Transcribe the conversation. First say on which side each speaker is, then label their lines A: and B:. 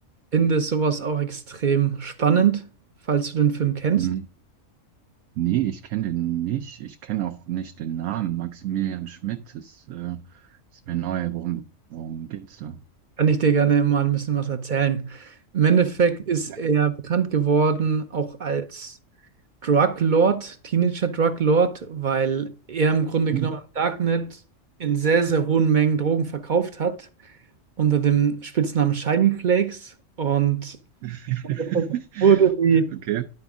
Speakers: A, on the right; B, on the right.
A: finde sowas auch extrem spannend, falls du den Film kennst.
B: Hm. Nee, ich kenne den nicht. Ich kenne auch nicht den Namen. Maximilian Schmidt ist, äh, ist mir neu. Worum, worum geht's da?
A: Kann ich dir gerne mal ein bisschen was erzählen. Im Endeffekt ist
B: Ja.
A: er bekannt geworden auch als Drug Lord, Teenager Drug Lord, weil er im Grunde
B: Hm.
A: genommen im Darknet in sehr, sehr hohen Mengen Drogen verkauft hat, unter dem Spitznamen Shiny Flakes. Und
B: <laughs>
A: im Endeffekt wurde die
B: Okay.